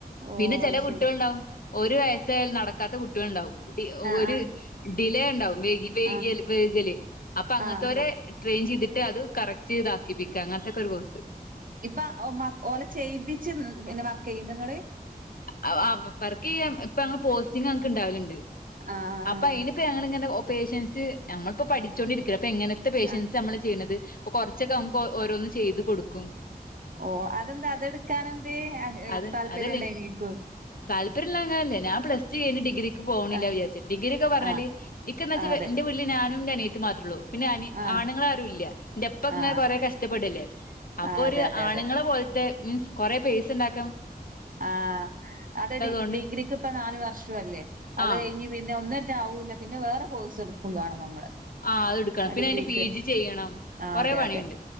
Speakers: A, on the right; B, on the left.
A: ഓ
B: പിന്നെ ചെല
A: അത്
B: കുട്ട്യോള്ണ്ടാവും
A: ശരി
B: ഒരു വയസ്സയലും നട ക്കാത്ത കുട്ട്യോൾ ഉണ്ടാവും.
A: ആഹ്
B: ഒരു
A: ആഹ്
B: ഡിലേ ഉണ്ടാവും വൈകി വേകല്
A: ആഹ്
B: വേകല് അപ്പൊ അങ്ങനെത്തോരെ
A: ആഹ്
B: ട്രെയിൻ ചെയ്തിട്ട് അത് കറക്റ്റ് ചെയ്ത് ആക്കിപ്പിക്കാം അങ്ങനെത്തെ ഓക്കേ ഒരു കോഴ്സ്
A: ഇപ്പാ ഓ മാ ഓലെ ചെയ്യിപ്പിച്ച് പിന്നെ വർക്ക് ചെയ്യുന്നുണ്ടോ നിങ്ങള്
B: ആഹ് ആ വർക്ക് ചെയ്യാം ഇപ്പം അങ്ങനെ പോസ്റ്റിങ് ഞങ്ങൾക്ക് ഉണ്ടാവലുണ്ട്
A: ആഹ് ആഹ്
B: അപ്പൊ അയിനിപ്പോ ഞങ്ങളിങ്ങനെ ഓഹ് പേഷൻസ് ഞങ്ങളിപ്പോ പഠിച്ചുകൊണ്ടിരിക്ക അപ്പൊ എങ്ങനെ ത്ത പേഷ്യൻസ്
A: ആഹ്
B: നമ്മള് ചെയ്യ്ണത് പ്പൊ കുറച്ചൊക്കെ നമുക്ക് ഓരോന്ന് ചെയ്ത് കൊടുക്കും
A: ഓഹ് അതെന്താ അതെടുക്കാൻ എന്തെ ആഹ്
B: അത്
A: താല്പര്യം
B: അതല്ലേ
A: ഉണ്ടായി നിക്ക്
B: താല്പര്യല്ല അങ്ങനെയല്ലേയ് ഞാ പ്ലസ്ടു കഴിഞ്ഞ് ഡിഗ്രിക്ക് പോണില്ല
A: ആ
B: വിചാരിച്ച്. ഡിഗ്രി ഒക്കെ പറഞ്ഞാല്
A: ആ
B: ഇക്കാ എന്താച്ചാ
A: ആ അതെ
B: ഇന്റെ വീട്ടില് ഞാനും ന്റെ അനിയത്തി മാത്രേള്ളൂ പിന്നെ അ
A: ആ
B: ആണുങ്ങൾ ആരും ഇല്ല എന്റെപ്പ ഇങ്ങനെ
A: ആ
B: കൊറെ കഷ്ടപ്പെടല്ലേ അപ്പൊ
A: ആ അതെ
B: ഒരു
A: അതെ
B: ആണുങ്ങളെ
A: അതെ
B: പോലത്തെ മീൻസ് കൊറെ പേസ് ഉണ്ടാക്കാ
A: ആഹ് അത് ഡി
B: കൊണ്ട്
A: ഡിഗ്രിക്ക് ഇപ്പ നാല് വർഷംല്ലേ അത്
B: ആഹ്
A: കഴിഞ്ഞ പിന്നെ ഒന്നിറ്റാവൂല്ല പിന്നെ വേറെ കോഴ്സ് എടുക്കുംവാണം നമ്മള്
B: ആഹ് അത് എടുക്കണം പിന്നെ
A: ഡിഗ്രിക്ക്
B: അയിന്റെ പി ജി ചെയ്യണം
A: ആ
B: കൊറെ
A: അതെ
B: പണിണ്ട്
A: അതെ